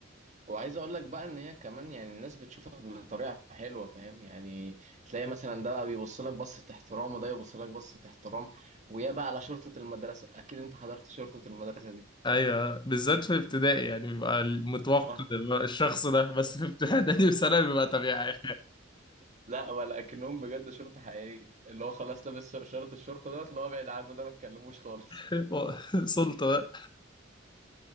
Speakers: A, on the right; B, on the left.
A: وعايز اقول لك بقى ان هي كمان يعني الناس بتشوفك بطريقة حلوة فاهم يعني تلاقي مثلا ده بقى بيبص لك بصة احترام وده يبص لك بصة احترام ويا بقى على شرطة المدرسة اكيد انت حضرت شرطة المدرسة دي
B: ايوه بالذات في ابتدائي يعني بيبقى المتوقع
A: <laughs> آه.
B: بيبقى الشخص ده بس في ابتدائي <laughs> وثانوي بيبقى طبيعي
A: لا ولا اكنهم بجد شرطة حقيقية اللي هو خلاص لابس شر- شرط الشرطة دوت اللي هو ابعد عنه ده ما تكلموش خالص
B: <laughs> سلطة بقى